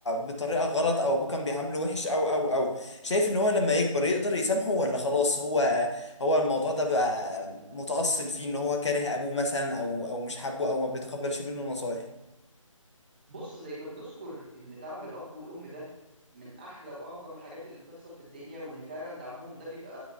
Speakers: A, on the left; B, on the right.
A: بطريقة غلط او ابوه كان بيعامله وحش او او او شايف ان هو لما يكبر يقدر يسامحه ولا خلاص هو هو الموضوع ده بقى متأصل فيه ان هو كاره ابوه مثلا او او مش حابه او ما بيتقبلش منه نصايح
B: بص زي ما بنذكر ان دعم الاب والام ده من احلى واعظم الحاجات اللي بتحصل في الدنيا وان فعلا دعمهم ده بيبقى